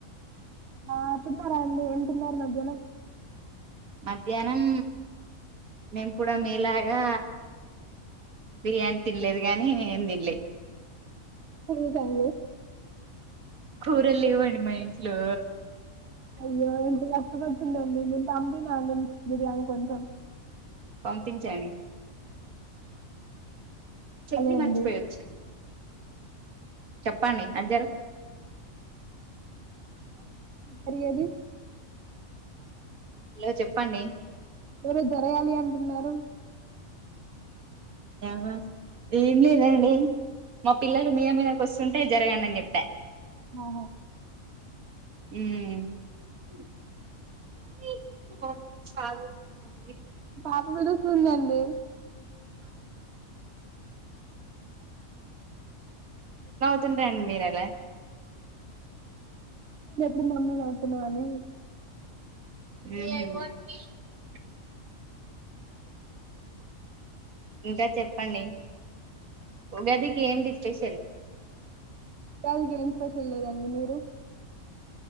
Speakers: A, on the right (about 50°); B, on the right (about 90°).
A: ఆ తిన్నారా అండి ఏం తిన్నారు మధ్యాహ్నం
B: మధ్యాహ్నం మేము కూడా మీేలాగా బిర్యానీ తినలేదు కాగానీ ఏం తిినలే
A: ఉ సం
B: కూరలు లెవ్వండి మా ఇంట్లో
A: అయ్యో ఎంత కష్టమొచ్చింది దండి నేను పంపినా నేను బిర్యానీ కొంచెం
B: పంపించండి చట్ని
A: అదే
B: మర్చిపోయొచ్చి
A: అండి.
B: చెప్పండి అజ్జర్
A: కరియేది
B: హలో చెప్పండి
A: మీరు జరగాలి అంటున్నారు.
B: వా ఏం లేదండి మా పిల్లలు మీద మీదకి ఒస్తుంటే జరగండని జెప్ప
A: ఆహ
B: <inaudible> అ
A: పాప పిలుస్తుందండి
B: చతుంటండి మీర ఎలా
A: నేను ఎప్పుడు మమ్మీ అమ్తున్నా అని
B: ఆ ఇంకా చెప్పండి ఉగాదికి ఏంటి స్పెషల్
A: ఉగాదికి ఎం స్పెషల్ లేదండి మీరు